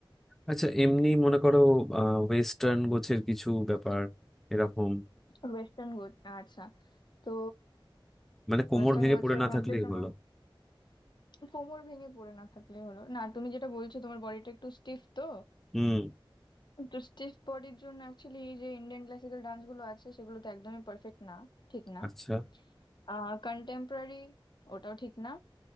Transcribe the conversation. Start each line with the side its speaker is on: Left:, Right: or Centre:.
Centre: আচ্ছা এমনি মনে করো আহ ওয়েস্টার্ন গোছের কিছু ব্যাপার এরকম
Left: ওয়েস্টার্ন গোছ আচ্ছা তো
Centre: মানে কোমর
Left: ওয়েস্টার্ন
Centre: ভেঙে
Left: গোছের
Centre: পড়ে না
Left: মধ্যে
Centre: থাকলেই
Left: তোমার
Centre: হলো
Left: কোমর ভেঙে পড়ে না থাকলে হলো না তুমি যেটা বলছো তোমার বডিটা একটু স্টিফ তো
Centre: হুম
Left: তো স্টিফ বডির জন্য অ্যাকচুয়ালি এই যে ইন্ডিয়ান ক্লাসিক্যাল ডান্স গুলো আছে সেগুলো তো একদমই পারফেক্ট না ঠিক না
Centre: আচ্ছা
Left: আহ কন্টেম্পোরারি ওটাও ঠিক না